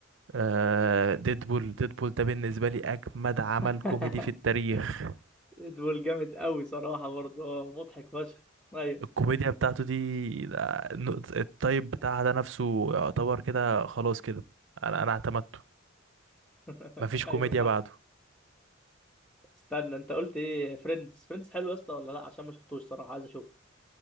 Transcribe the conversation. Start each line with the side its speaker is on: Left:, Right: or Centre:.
Right: آه ديدبول ديدبول ده بالنسبة لي أجمد عمل
Centre: <laughs>
Right: كوميدي في التاريخ
Centre: دول جامد قوي صراحه برضه اه مضحك فشخ ايوه
Right: الكوميديا بتاعته دي ده- الطيب بتاعها ده نفسه يعتبر كده خلاص كده أنا أنا اعتمدته
Centre: <laughs>
Right: مفيش
Centre: ايوه
Right: كوميديا
Centre: صح
Right: بعده
Centre: استنى انت قلت ايه فريندز فريندز حلو يا اسطى ولا لا عشان ما شفتوش صراحه عايز اشوفه